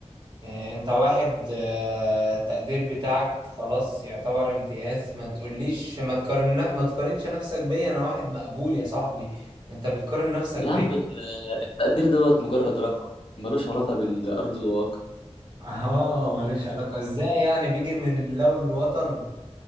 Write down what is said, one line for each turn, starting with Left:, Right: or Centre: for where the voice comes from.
Right: إيه، انت واحد آه، التقدير بتاعك خلاص يعتبر امتياز ما تقوليش ما تقارن ما تقارنش نفسك بيا انا واحد مقبول يا صاحبي انت بتقارن نفسك
Left: يا
Right: بيا
Left: عم ال- التقدير دوت مجرد رقم ملوش علاقه بالارض الواقع
Right: اه ملوش علاقة ازاي يعني بيجي من اللو الوطن